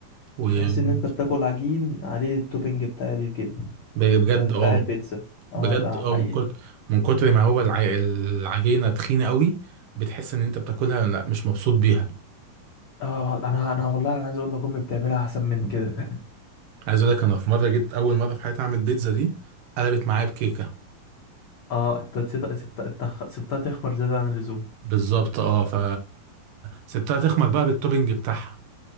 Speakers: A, on the right; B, on the left.
A: و-
B: بتحس ان انت بتاكل عجين عليه التوبينج بتاع الجبن
A: بجد
B: آه، بتاع
A: اه
B: البيتزا اه
A: بجد
B: ده
A: اه
B: حقيقة
A: من كتر من كتر ما هو الع... العجينه تخينه قوي بتحس ان انت بتاكلها لا مش مبسوط بيها
B: اه انا انا والله انا عايز اقول لك امي بتعملها احسن من كده
A: عايز اقول لك انا في مره جيت اول مره في حياتي اعمل بيتزا دي قلبت معايا بكيكه
B: <laughs> اه انت نسيت سبت انت خ- سبتها تخمر زيادة عن اللزوم
A: بالظبط اه ف سبتها تخمر بقى بالتوبينج بتاعها